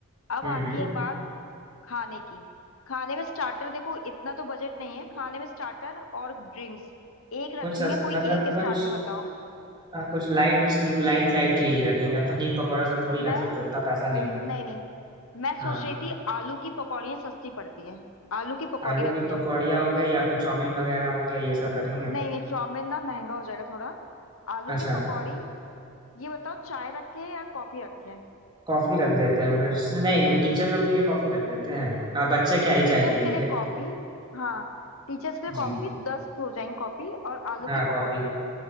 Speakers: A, on the left; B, on the right.
A: अब
B: हम्म
A: आती
B: हम्म
A: है बात खाने की खाने में स्टार्टर देखो इतना तो बजट नहीं है खाने में स्टार्टर और ड्रिंक्स एक रखेंगे
B: कुछ सस,
A: कोई
B: मतलब
A: एक
B: कुछ
A: स्टार्टर बताओ
B: हाँ कुछ लाइट लाइट लाइट चीज ही रखेंगे पनीर पकौड़ा सब थोड़ी
A: मैं
B: रख सकते उतना पैसा नहीं है
A: नहीं नहीं मैं
B: हाँ
A: सोच रही थी आलू की पकौड़ियाँ सस्ती पड़ती हैं आलू की पकौड़ी
B: आलू
A: रख
B: की
A: लें
B: पकौड़िया हो गए या फिर चाउमीन वगैरह हो गया ये सब रखेंगे
A: नहीं ये चाउमीन ना महंगा हो जाएगा थोड़ा आलू
B: अच्छा
A: की पकौड़ी ये बताओ चाय रखें या कॉफी रखें
B: कॉफी रख देते हैं मेरे- नहीं टीचर लोग के लिए कॉफी रख देते हैं आ, बच्चे क्या ही
A: टीचर्स
B: चाय पियेंगे
A: के लिए कॉफी हाँ टीचर्स के लिए
B: जी
A: कॉफी दस हो जाएंगी कॉफी और आलू
B: हाँ
A: की पकौड़ियाँ
B: कॉफी